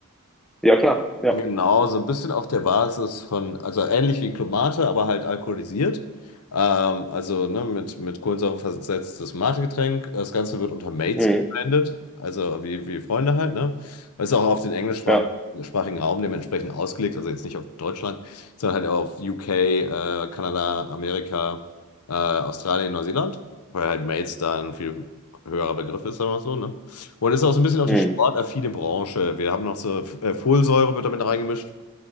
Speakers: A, in the centre; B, on the left (about 80°).
A: ja, klar. Ja,
B: Genau, so ein bisschen auf der Basis von, also ähnlich wie Club Mate, aber halt alkoholisiert. Ähm, also ne, mit, mit Kohlensäure versetztes Mate-Getränk. Das Ganze wird unter Mates
A: mhm.
B: gebrandet, also wie, wie Freunde halt, ne? Ist auch auf den englischsprachigen
A: Ja,
B: sprachigen Raum dementsprechend ausgelegt, also jetzt nicht auf Deutschland, sondern halt auf UK, äh, Kanada, Amerika, äh, Australien, Neuseeland, weil halt Mates da ein viel höherer Begriff ist, sagen wir mal so, ne? Und ist auch so ein bisschen auf
A: mhm.
B: die sportaffine Branche. Wir haben noch so äh, Folsäure wird damit reingemischt,